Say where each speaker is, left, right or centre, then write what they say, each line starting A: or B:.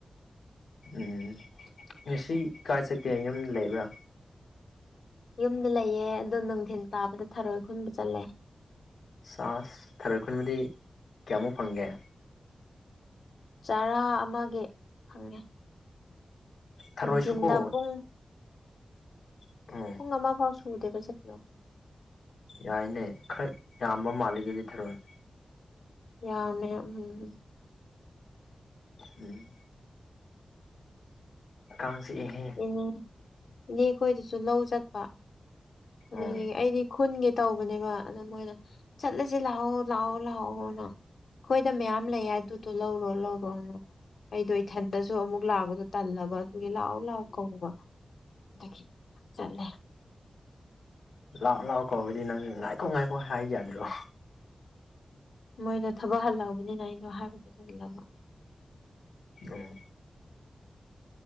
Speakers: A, on the left (about 85°); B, on the left (about 70°).
A: ꯎꯝ ꯉꯁꯤ ꯀꯥꯏ ꯆꯠꯀꯦ ꯌꯨꯝꯗ ꯂꯩꯕ꯭ꯔꯥ
B: ꯌꯨꯝꯗ ꯂꯩꯌꯦ ꯑꯗꯣ ꯅꯨꯡꯊꯤꯟ ꯇꯥꯕꯗ ꯊꯔꯣꯏ ꯈꯨꯟꯕ ꯆꯠꯂꯦ
A: ꯆꯥꯥꯁ ꯊꯔꯣꯏ ꯈꯨꯟꯕꯗꯤ ꯀꯌꯥꯃꯨꯛ ꯐꯪꯒꯦ
B: ꯆꯔꯥ ꯑꯃꯒꯤ ꯐꯪꯉꯦ
A: ꯊꯔꯣꯏꯁꯨꯀꯣ
B: ꯅꯨꯡꯊꯤꯟꯗ ꯄꯨꯡ
A: ꯑꯣ
B: ꯃꯃꯥꯐꯥꯎ ꯁꯨꯗꯦꯕ ꯆꯠꯄꯗꯣ
A: ꯌꯥꯏꯅꯦ ꯈꯔ ꯌꯥꯝꯕ ꯃꯥꯜꯂꯤꯅꯦ ꯊꯔꯣꯏ
B: ꯌꯥꯝꯃꯦ ꯎꯝ
A: ꯎꯝ ꯀꯥꯡ ꯆꯤꯛ ꯑꯍꯦ
B: ꯎ ꯏꯅꯦ ꯈꯣꯏꯗꯁꯨ ꯂꯧ ꯆꯠꯄ ꯑꯗꯨꯗꯒꯤ
A: ꯎꯝ
B: ꯑꯩꯗꯤ ꯈꯨꯟꯒꯦ ꯇꯧꯕꯅꯦꯕ ꯑꯗ ꯃꯣꯏꯅ ꯆꯠꯂꯁꯦ ꯂꯥꯛꯑꯣ ꯂꯥꯛꯑꯣ ꯂꯥꯛꯑꯣꯅ ꯑꯩꯈꯣꯏꯗ ꯃꯌꯥꯝ ꯂꯩꯌꯦ ꯑꯗꯨꯗꯣ ꯂꯧꯔꯣ ꯂꯧꯔꯣꯅ ꯑꯩꯗꯣ ꯏꯊꯟꯇꯁꯨ ꯑꯃꯨꯛ ꯂꯥꯛꯄꯗꯣ ꯇꯜꯂꯒꯕ ꯑꯗꯨꯒꯤ ꯂꯥꯛꯑꯣ ꯂꯥꯛꯑꯣ ꯀꯧꯕ ꯑꯗꯒꯤ ꯆꯠꯂꯦ
A: ꯂꯥꯛꯑꯣ ꯂꯥꯛꯑꯣ ꯀꯧꯕꯗꯤ ꯅꯪꯁꯨ ꯉꯥꯏꯈꯣ ꯉꯥꯏꯈꯣ ꯍꯥꯏꯕ ꯌꯥꯗ꯭ꯔꯣ
B: ꯃꯣꯏꯗꯣ ꯊꯕꯛ ꯍꯜꯂꯛꯑꯕꯅꯤꯅ ꯑꯩꯗꯣ ꯍꯥꯏꯕꯗꯣ ꯑꯗꯨꯝ ꯇꯟꯂꯕ
A: ꯑꯣ